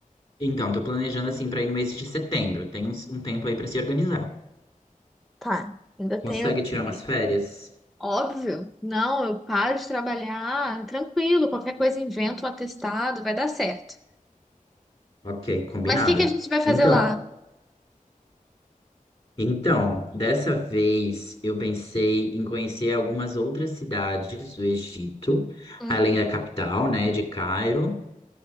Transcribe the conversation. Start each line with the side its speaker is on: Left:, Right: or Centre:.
Left: então, tô planejando assim para ir no mês de setembro. Tem uns- um tempo aí para se organizar.
Centre: Tá, ainda
Left: Consegue
Centre: tem alguns
Left: tirar umas
Centre: dias.
Left: férias?
Centre: Óbvio. Não, eu paro de trabalhar, tranquilo, qualquer coisa invento um atestado, vai dar certo.
Left: Ok, combinado.
Centre: Mas o que que a gente vai fazer
Left: Então,
Centre: lá?
Left: então, dessa vez eu pensei em conhecer algumas outras cidades do Egito,
Centre: Uhum,
Left: além da capital, né, de Cairo.